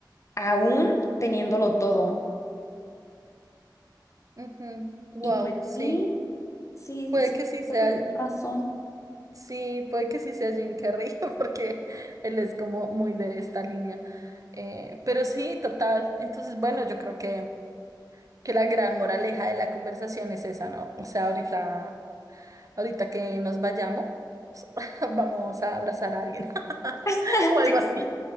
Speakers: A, on the left; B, on the right.
A: aún teniéndolo todo.
B: ujú. Wow,
A: Y pues
B: sí.
A: sí, sí,
B: Puede
A: siento
B: que sí sea
A: que tengo razón.
B: Sí, puede que sí sea Jim Carrey, <laughs> porque él es como muy de esta línea. Eh, pero sí, total. Entonces, bueno, yo creo que, que la gran moraleja de la conversación es esa, ¿no? O sea, ahorita, ahorita que nos vayamos, <laughs> vamos a abrazar a alguien <laughs>
A: <laughs>
B: o algo
A: Sí,
B: así.
A: <laughs>